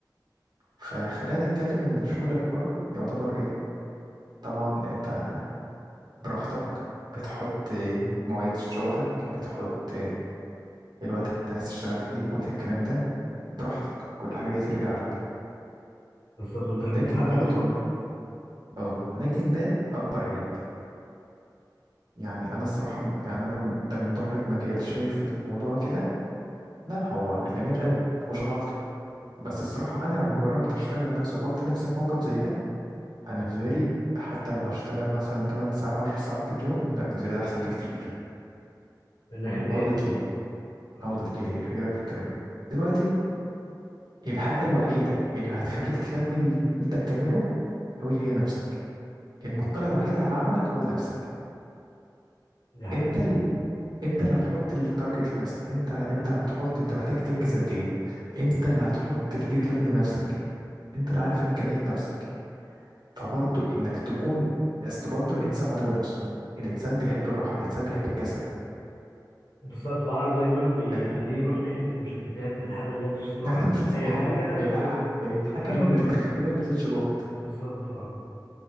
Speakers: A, on the right; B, on the left.
A: فخلينا نتكلم ان الشغل الحر يعتبر ايه طبعا انت براحتك بتحط مواعيد شغلك بتحط الوقت اللي انت عايز تشتغل فيه كل الكلام ده براحتك كل حاجة دي ترجع لك
B: بالظبط انت المتحكم
A: لكن برضو
B: في وقتك
A: اه لكن ده اكبر عيب يعني انا الصراحه م- يعني انا م- ده من بره المجال شايف الموضوع كده لا هو جميل قوي مفيهوش غلطه بس الصراحه انا لما جربت اشتغل نفسي واحط نفسي في موقف زي ده انا بالنسبه لي حتى لو هشتغل مثلا 8 ساعات 10 ساعات في اليوم لا بالنسبه لي ده احسن بكتير
B: من ناحيه
A: هقول
B: ايه
A: لك ليه
B: آه،
A: هقول لك ليه هجي لك في الكلام دلوقتي الحاجه الوحيده اللي هتخليك تكمل اللي انت بتعمله هو هي نفسك المطلع الوحيد على عملك هو نفسك
B: دي حقيقة
A: انت انت اللي هتحط التارجت لنفسك انت انت هتحط انت محتاج تنجز قد ايه انت اللي هتحط الديدلاين لنفسك انت اللي عارف امكانيات نفسك فبرضه انك تكون اصل برضه الانسان عدو نفسه الانسان بيحب الراحه الانسان بيحب الكسل
B: بالظبط عقله دايما بيخليه
A: اكيد
B: يروح ناحية المشتتات الحاجة اللي هي تفصله
A: نعتمد
B: عن
A: مش هت-
B: أي
A: ال...
B: حاجة غير
A: ال... الحاجه
B: الحاجة اللي
A: اللي
B: هو بيعملها
A: تخليه ما يبذلش جهد
B: بالظبط اه